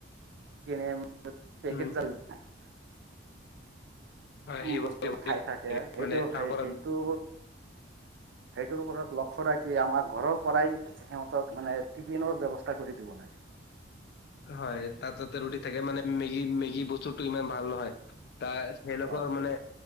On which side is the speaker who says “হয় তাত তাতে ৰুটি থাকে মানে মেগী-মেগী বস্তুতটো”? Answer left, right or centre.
Left